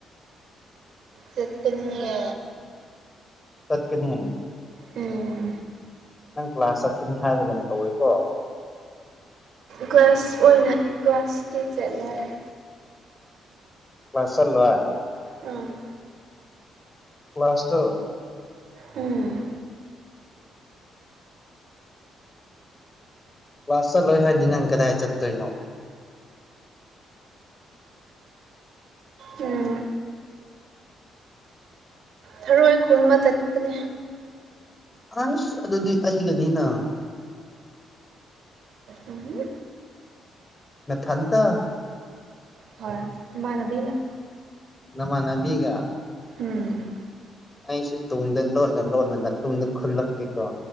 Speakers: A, on the right; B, on the left.
A: ꯆꯠꯀꯅꯤꯌꯦ
B: ꯆꯠꯀꯅꯤ
A: ꯎꯝ
B: ꯅꯪ ꯀ꯭ꯂꯥꯁ ꯆꯠꯒꯅꯤ ꯍꯥꯏꯕꯒꯨꯝ ꯇꯧꯏꯀꯣ
A: ꯀ꯭ꯂꯒꯥꯁ ꯑꯣꯏꯅ ꯀ꯭ꯂꯒꯥꯁꯇꯤ ꯆꯠꯂꯥꯔꯣꯢ
B: ꯀꯥꯁꯜ ꯆꯠꯂꯣꯏ
A: ꯎꯝ
B: ꯀꯂ꯭ꯥꯁ ꯇꯣ
A: ꯎꯝ
B: ꯀꯂꯥꯁ ꯆꯠꯂꯣꯏ ꯍꯥꯏꯗꯤ ꯅꯪ ꯀꯗꯥꯏ ꯆꯠꯇꯣꯏꯅꯣ
A: ꯎꯝ ꯊꯔꯣꯏ ꯈꯨꯟꯕ ꯆꯠꯀꯅꯤ
B: ꯑꯁ ꯑꯗꯨꯗꯤ ꯑꯩꯒꯅꯤꯅ
A: ꯎꯝ <inaudible>
B: ꯅꯊꯟꯇ
A: ꯍꯣꯏ ꯏꯃꯥꯟꯅꯕꯤꯒ
B: ꯅꯃꯥꯟꯅꯕꯤꯒ
A: ꯎꯝ
B: ꯑꯩꯁꯨ ꯇꯨꯡꯗ ꯂꯣꯟꯅ ꯂꯣꯟꯅ ꯇꯨꯡꯗ ꯈꯨꯜꯂꯛꯀꯦꯀꯣ